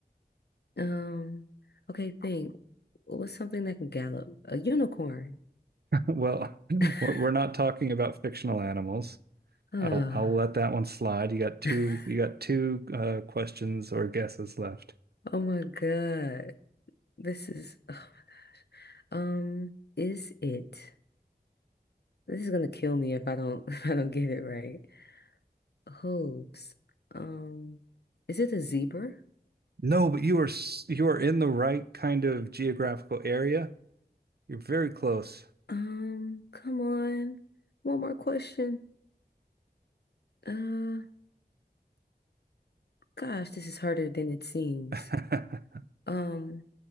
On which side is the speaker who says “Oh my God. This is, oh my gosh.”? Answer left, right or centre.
Left